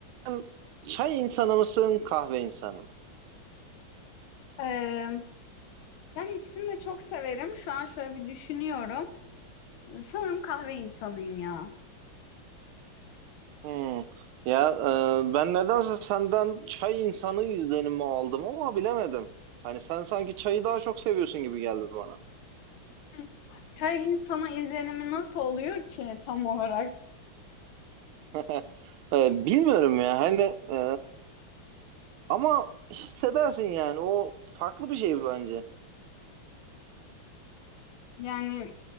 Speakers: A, on the right; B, on the left.
A: Sen çay insanı mısın, kahve insanı mı?
B: Ee, yani ikisini de çok severim. Şu an şöyle bir düşünüyorum. Sanırım kahve insanıyım ya.
A: Hmm. Ya e, ben nedense senden çay insanı izlenimi aldım ama bilemedim. Hani sen sanki çayı daha çok seviyorsun gibi geldi bana.
B: Hı. Çay insana izlenimi nasıl oluyor ki tam olarak?
A: <laughs> E, bilmiyorum ya hani e, ama hissedersin yani o farklı bir şey bence.
B: Yani